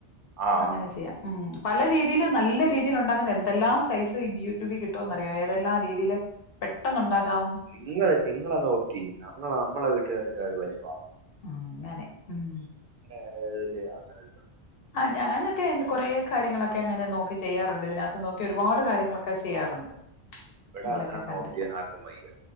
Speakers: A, on the right (about 55°); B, on the left (about 65°).
A: ആ
B: അങ്ങനെ
A: ആ. ആ.
B: ചെയ്യാം. ഉം പല രീതീയിലും നല്ല രീതീലുണ്ടാക്കുന്ന എന്തെല്ലാം സൈസ് ഈ ബ്യൂ റ്റുബി കിട്ടോന്നറിയോ?
A: ഉം.
B: ഏതെല്ലാം രീതീല് പെട്ടെന്നുണ്ടാക്കാവുന്ന
A: നിങ്ങള് നിങ്ങളതോക്കി ഞങ്ങള അമ്മളെ വീട്ടുകാരെക്കാള് വലിപ്പാ.
B: അങ്ങനെ ഉം.
A: <unintelligible> അങ്ങനൊള്ളു.
B: ആഹ് ഞാനൊക്കെ എന്ത് കൊറേ കാര്യങ്ങളൊക്കെ അങ്ങനെ നോക്കി ചെയ്യാറുണ്ട്. ഇതിനാകത്ത് നോക്കി ഒരുപാട് കാര്യങ്ങളൊക്കെ ചെയ്യാറുണ്ട്.
A: ഇവിടെ
B: റീലൊക്കെ
A: അങ്ങനെ നോക്കിയ്യാൻ
B: കണ്ടിട്ട്
A: ആർക്കും വെയ്യ.